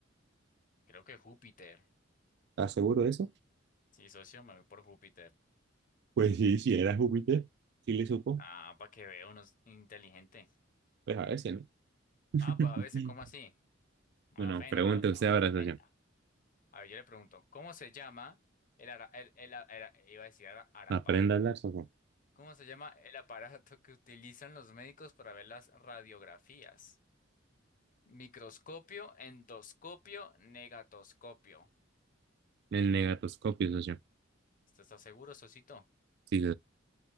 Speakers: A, on the left; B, on the right.
A: Creo que Júpiter.
B: ¿Estás seguro de eso?
A: Sí, socio, me voy por Júpiter.
B: Pues sí, si era Júpiter. ¿Sí le supo?
A: Ah, para que vea uno es inteligente.
B: Pues a veces, ¿no? <laughs>
A: Ah, pues a veces, ¿cómo así? No
B: Bueno,
A: me ofenda,
B: pregunte
A: no,
B: usted
A: no me
B: ahora,
A: ofenda.
B: socio.
A: A ver, yo le pregunto, ¿cómo se llama el, ara- el, el a- era- iba a decir ara- arapato?
B: Aprenda a hablar, socio.
A: ¿Cómo se llama el aparato que utilizan los médicos para ver las radiografías? Microscopio, endoscopio, negatoscopio.
B: El negatoscopio, socio.
A: ¿Usted está seguro, Sosito?
B: Sí,